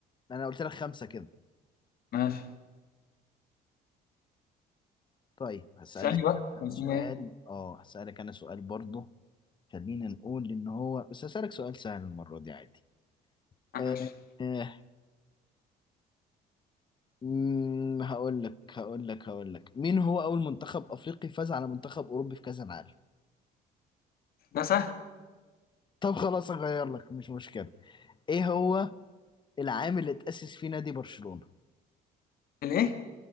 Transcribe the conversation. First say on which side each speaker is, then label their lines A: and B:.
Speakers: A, on the left; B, on the left.
A: أنا قلت لك خمسة كده
B: ماشي
A: طيب هسألك
B: اسألني
A: أنا
B: بقى طب
A: بقى
B: اسألني
A: سؤال
B: إيه
A: أه هسألك أنا سؤال برضه خلينا نقول إن هو بس هسألك سؤال سهل المرة دي عادي
B: ماشي
A: آه، آه، مم، هقول لك هقول لك هقول لك مين هو أول منتخب أفريقي فاز على منتخب أوروبي في كأس العالم؟
B: ده سهل
A: طب خلاص أغير لك مش مشكلة إيه هو العام اللي اتأسس فيه نادي برشلونة؟
B: الإيه